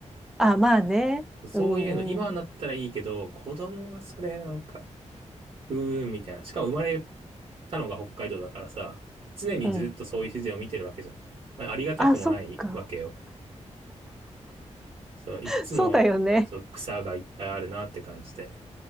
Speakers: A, in the centre; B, on the right.
A: あ、まあね。
B: そういうの今になったらいいけど、
A: うん、うん、
B: 子供はそれなんか、うーん、みたいな。しかも生まれたのが北海道だからさ、常にずっとそういう自然を見てるわけじゃん。
A: うん。
B: まあ、ありがたくもないわけよ。
A: あ、そっか。
B: そう、いっつも、
A: <laughs> そうだよね。
B: そう、草がいっぱいあるなって感じで。